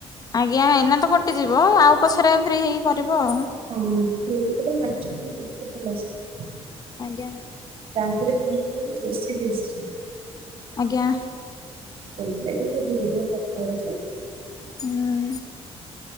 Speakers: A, on the left (about 35°); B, on the right (about 55°).
A: ଆଜ୍ଞା ଏନା ତ କଟିଯିବ ଆଉ ପଛରେ ଫ୍ରି ହେଇକି କରିବ ଆଉ।
B: ହଁ <unintelligible> ହସପିଟାଲ। ଆସଚି।।
A: ଆଜ୍ଞା।
B: <unintelligible>
A: ଆଜ୍ଞା।
B: କୁଥିଲେ କି ଟିକେ ଧିରେ ଧିରେ କଥା ହଉଚି।
A: ହୁଁ।